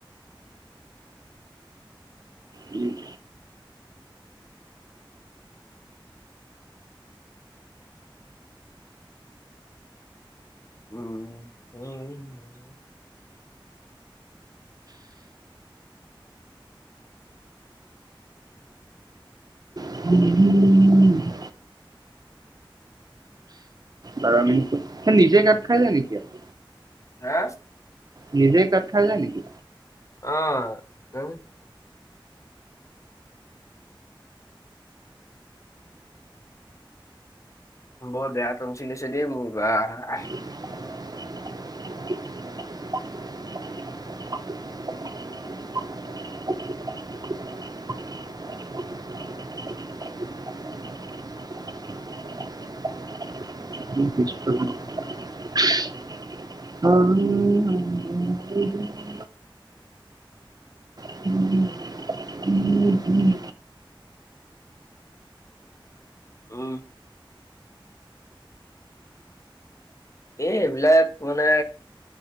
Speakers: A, on the right; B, on the left.
A: উম'।
B: উম'। <inaudible>
A: <unintelligible> বাৰ মিনিটত। নিজে কাত খাই যায় নেকি আক
B: হে?
A: নিজে কাত খাই যায় নেকি?
B: অ' হ বৰ বেয়া তঞ্চিল হৈছে মোৰ বাহ
A: <unintelligible> অ <unintelligible> <unintelligible> উম, উম'।
B: উম' এই এইবিলাক মানে